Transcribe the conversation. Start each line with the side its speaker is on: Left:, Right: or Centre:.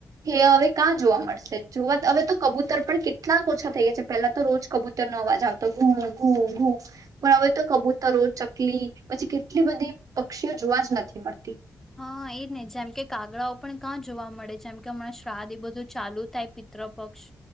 Right: એ હવે કકાં જોવા મળશે જોવાત હવે તો કબૂતર પણ કેટલાક ઓછા થઈ ગયા છે પેલા તો રોજ કબૂતર પણ હવે તો કબૂતરો ચકલી પછી કેટલી બધી પક્ષીઓ જોવા જ નથી મળતી
Centre: હા એજ ને જેમ કે કાગડાઓ પણ કાં જોવા મળે જેમ અમણાં શ્રાધ એ બધું ચાલુ થાય પી ત્રપક્ષ